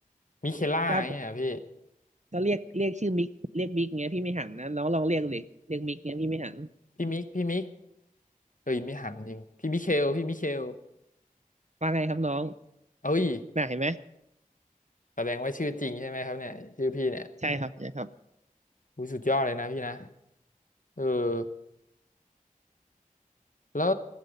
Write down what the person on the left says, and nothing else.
มิเคล่าอย่างเงี้ยเหรอพี่
พี่มิกพี่มิกเอ้ยไม่หันจริงพี่มิเคลพี่มิเคล
เอ้ย
แสดงว่าชื่อจริงใช่ไหมครับเนี่ยชื่อพี่เนี่ย
อุ้ยสุดยอดเลยนะพี่นะเออ แล้ว